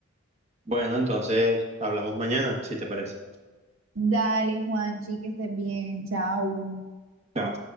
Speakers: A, on the right; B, on the right.
A: Bueno, entonces hablamos mañana, si te parece.
B: Dale, Juanchi, que estés bien, chao.
A: Chao.